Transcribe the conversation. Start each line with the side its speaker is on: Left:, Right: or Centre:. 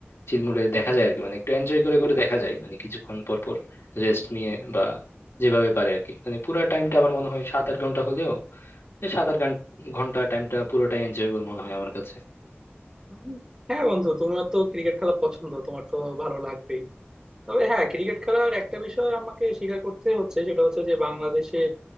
Left: চিলমুড়ে দেখা যায় আর কি মানে একটু এনজয় করে করে দেখা যায় মানে কিছুক্ষণ পর পর রেস্ট নিয়ে বা যেভাবে পারে আর কি মানে পুরো টাইমটা আমার মনে হয় সাত আট ঘন্টা হলেও এই সাত আট ঘান- ঘন্টা টাইমটা পুরোটাই এনজয়েবল মনে হয় আমার কাছে
Right: উম, হ্যাঁ বন্ধু তোমার তো ক্রিকেট খেলা পছন্দ তোমার তো ভালো লাগবেই তবে হ্যাঁ ক্রিকেট খেলার একটা বিষয় আমাকে স্বীকার করতে হচ্ছে সেটা হচ্ছে যে বাংলাদেশের